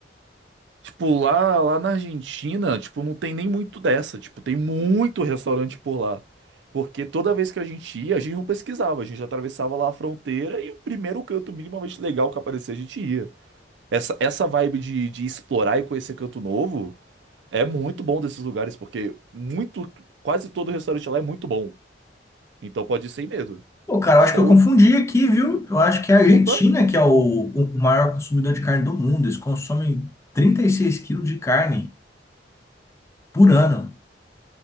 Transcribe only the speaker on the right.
Tipo, lá, lá na Argentina, tipo, não tem nem muito dessa. Tipo, tem muito restaurante por lá. Porque toda vez que a gente ia, a gente não pesquisava, a gente atravessava lá a fronteira e o primeiro canto minimamente legal que aparecia, a gente ia. Essa, essa vibe de, de explorar e conhecer canto novo é muito bom desses lugares, porque muito, quase todo restaurante lá é muito bom. Então pode ir sem medo.
Só
o...
Opa!